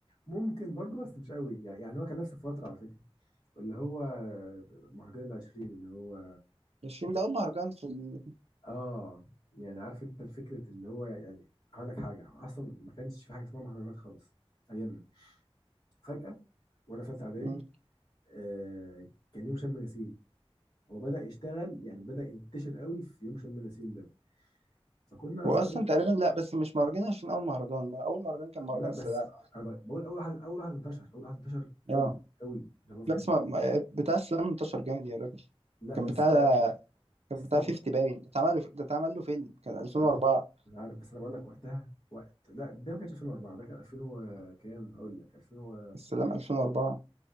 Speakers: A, on the left (about 40°); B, on the right (about 85°).
A: ممكن برضه بس مش قوي يعني يعني هو كان نفس الفترة على فكرة اللي هو مهرجان العشرين اللي هو
B: 20 ده اول مهرجان في ال...
A: اه يعني عارف انت فكرة اللي هو يعني هقول لك حاجة اصلا ما كانش في حاجة اسمها مهرجانات خالص ايامنا فجأة وانا في ثالثة اعدادي
B: مم.
A: آه كان يوم شم نسيم هو بدأ يشتغل يعني بدأ ينتشر قوي في يوم شم نسيم ده فكنا
B: هو
A: في
B: اصلا
A: قرية
B: تقريبا لا بس مش مهرجان عشان اول مهرجان ما اول مهرجان كان مهرجان
A: لا بس
B: السلام
A: انا ب- بقول اول واحد اول واحد انتشر اول واحد انتشر قوي
B: اه
A: قوي اللي هو في
B: لا
A: كان
B: بس ما ما- بتاع السلام انتشر جامد يا راجل
A: لا
B: كان
A: بس
B: بتاع
A: ده
B: كان
A: بس
B: بتاع
A: انا
B: 50
A: بقول
B: باين ده اتعمل له- ده اتعمل له فيلم كان 2004
A: انا عارف انا عارف بس انا بقول لك وقتها وقت لا ده ما كانش 2004 ده كان 2000 و- كام هقول لك 2000 و...
B: السلام 2004